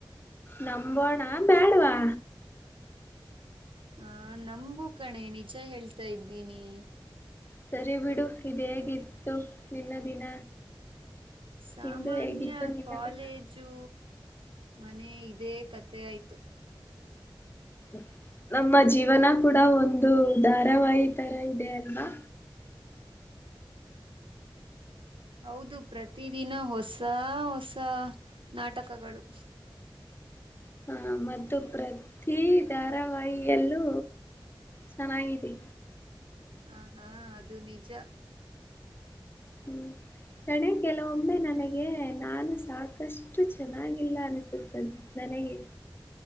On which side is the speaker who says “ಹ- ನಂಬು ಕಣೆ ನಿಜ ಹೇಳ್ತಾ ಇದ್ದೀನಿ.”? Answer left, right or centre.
Right